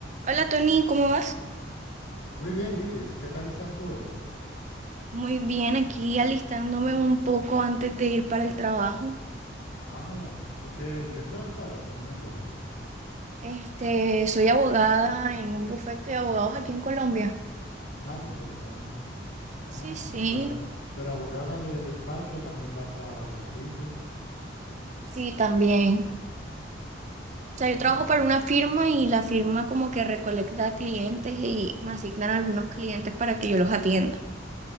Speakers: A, on the right (about 40°); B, on the left (about 80°).
A: Hola Tony, ¿cómo vas?
B: Muy bien, Lidis, ¿qué tal estás tú hoy?
A: Muy bien, aquí alistándome un poco antes de ir para el trabajo.
B: Ah, ¿y qué, en qué trabajabas? Que no me acuerdo.
A: Este, soy abogada en un bufete de abogados aquí en Colombia.
B: Ah, qué interesante. Ah,
A: Sí, sí,
B: pero, pero abogada de despacho también vas a, a los juicios.
A: sí, también. O sea,
B: Ah,
A: yo trabajo para una firma y la firma como que recolecta clientes y me asignan algunos clientes para que yo los atienda.